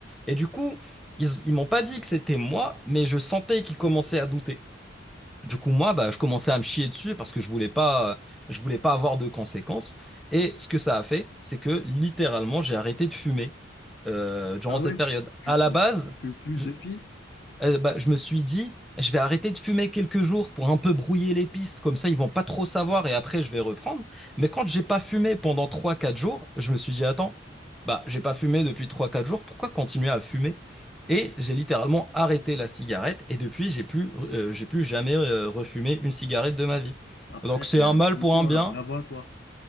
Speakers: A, in the centre; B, on the left.
A: Et du coup, ils, ils m'ont pas dit que c'était moi, mais je sentais qu'ils commençaient à douter. Du coup, moi, bah, je commençais à me chier dessus parce que je voulais pas, je voulais pas avoir de conséquences. Et ce que ça a fait, c'est que littéralement, j'ai arrêté de fumer euh, durant
B: Ah
A: cette
B: ouais,
A: période.
B: tu, tu,
A: À
B: fumes-
A: la base,
B: tu fumes plus
A: je-
B: depuis,
A: euh, bah, je me suis dit, je vais arrêter de fumer quelques jours pour un peu brouiller les pistes, comme ça ils vont pas trop savoir et après je vais reprendre. Mais quand j'ai pas fumé pendant trois quatre jours, je me suis dit, attends, bah j'ai pas fumé depuis trois quatre jours, pourquoi continuer à fumer? Et j'ai littéralement arrêté la cigarette et depuis j'ai plus, euh, j'ai plus jamais euh, refumé une cigarette de ma vie.
B: après,
A: Donc c'est
B: t'es
A: un
B: un
A: mal
B: champion,
A: pour un bien.
B: là, bravo à toi.